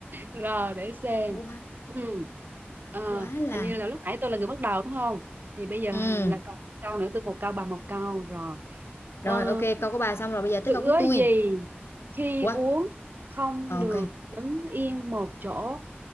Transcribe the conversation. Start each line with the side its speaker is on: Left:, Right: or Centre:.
Right: rồi để xem
Left: Ủa,
Right: Ừ. Ờ,
Left: quá là
Right: hình như là lúc nãy tôi là người bắt đầu đúng không? Thì bây giờ
Left: ừ
Right: hằng là còn hai câu nữa tôi một câu bà một câu rồi.
Left: rồi
Right: Ờ,
Left: ok câu của bà xong rồi bây giờ tới
Right: sữa
Left: câu của tôi
Right: gì khi
Left: quá
Right: uống không
Left: ok
Right: được đứng yên một chỗ?